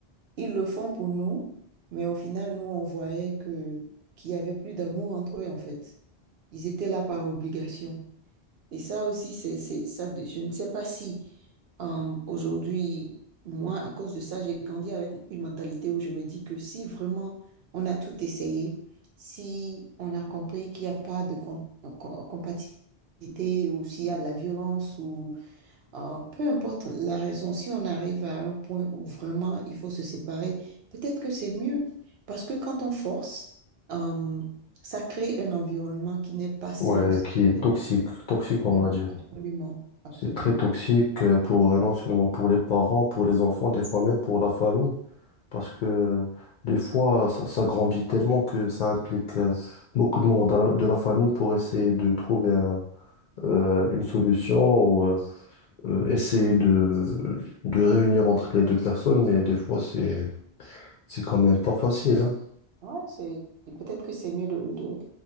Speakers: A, on the right; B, on the left.
A: ils le font pour nous, mais au final, nous, on voyait que qu'il y avait plus d'amour entre eux en fait. Ils étaient là par obligation. Et ça aussi, c'est, c'est, ça, je ne sais pas si euh, aujourd'hui, moi, à cause de ça, j'ai grandi avec une mentalité où je me dis que si vraiment on a tout essayé, si on a compris qu'il n'y a pas de com- com- compatibilité ou s'il y a de la violence ou euh, peu importe la raison, si on arrive à un point où vraiment il faut se séparer, peut-être que c'est mieux parce que quand on force, euh, ça crée un environnement qui n'est pas sain
B: Ouais,
A: aussi
B: qui est
A: de
B: toxique,
A: l'enfant.
B: toxique on
A: Ouais,
B: va dire.
A: absolument, absolument.
B: C'est très toxique euh, pour euh, non seulement pour les parents, pour les enfants, des fois même pour la famille, parce que euh, des fois ça, ça grandit tellement que ça implique euh, beaucoup de membres de la, de la famille pour essayer de trouver un- euh, une solution ou euh, euh, essayer de, de réunir entre les deux personnes, mais des fois c'est c'est quand même pas facile, hein.
A: Ouais, c'est peut-être que c'est mieux de, de-